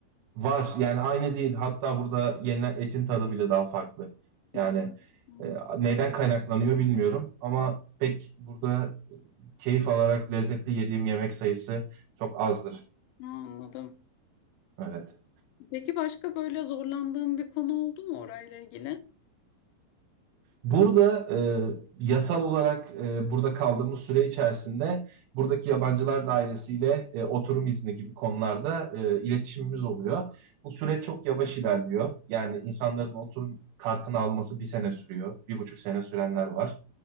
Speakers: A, on the right; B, on the left.
A: Var yani aynı değil. Hatta burada yenilen etin tadı bile daha farklı. Yani
B: Hı. Hı.
A: e, neyden kaynaklanıyor bilmiyorum ama pek burada keyif alarak lezzetli yediğim yemek sayısı çok azdır.
B: Aa, Anladım.
A: Evet.
B: Peki başka böyle zorlandığın bir konu oldu mu orayla ilgili?
A: Burada e, yasal olarak e, burada kaldığımız süre içerisinde buradaki yabancılar dairesiyle e, oturum izni gibi konularda e, iletişimimiz oluyor. Bu süreç çok yavaş ilerliyor. Yani insanların oturum kartını alması bir sene sürüyor, bir buçuk sene sürenler var.